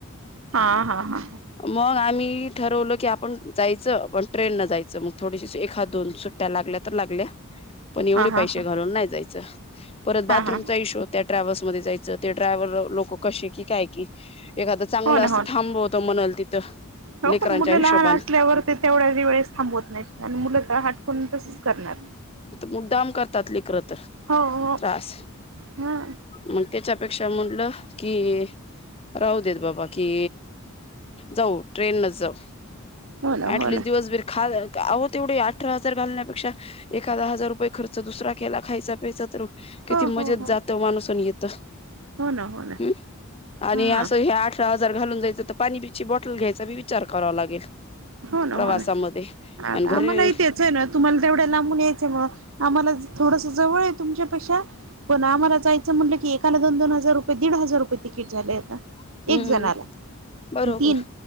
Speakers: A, on the right (about 65°); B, on the left (about 25°).
A: हा हा हा
B: मग आम्ही की ठरवलं की आपण जायचं पण ट्रेन न जायचं मग थोडीशी एखा दोन सुट्ट्या लागल्या तर लागल्या. पण एवढे
A: हा
B: पैसे
A: हा ह
B: घालून नाय जायच. च परत बाथरूमचा
A: हा हा
B: इशु त्या ट्रॅव्हल्स मध्ये जायचं ते ड्रायव्हर लो लोक को कशी की काय की एखादं चांगलं
A: हो
B: असतं
A: ना होन
B: थांबवतं म्हणाल तिथं
A: हो
B: लेकरांच्या
A: पण मुलं
B: हिशोबान
A: लहान असल्यावर ते तेवढ्या वेळेस थांबवत नाहीत आणि मुलं तर हटकून तसच. करणार.
B: मुद्दाम करतात लेकर तर
A: हो हो
B: त्रास
A: हा
B: मग त्याच्यात म्हटलं की राहू देत बाबा की जाऊ ट्रेन नच जाऊ
A: हो ना
B: ऍटलीस्ट
A: हो ना
B: दिवसभर खा आहो तेवढे अठरा हजार घालण्यापेक्षा एखाद हजार रुपये खर्च दुसरा केला खायचा पैसा तर ओ किती
A: हो हो
B: मजेत
A: हो
B: जातो माणूस आणि येत त
A: हो ना हो ना
B: हूं आणि
A: हा
B: असं ह्या आठरा जर घालून जायचं तर पाणीबीची बॉटल घ्यायचा मी विचार करावा लागेल.
A: हो ना
B: प्रवासामध्ये
A: हो ना
B: आणि
A: आता
B: घरी
A: आम्हाला इथेच आहे ना तुम्हाला तेवढ्या लांबून या चमुळे आम्हाला थोडस जवळ आहे तुमच्यापेक्षा पण आम्हाला जायचं म्हटलं की एकाला दोन दोन हजार रुपये दीड हजार रुपये तिकीट झालंय आता.
B: हम्म
A: एक जणाला
B: बरोबर
A: तीन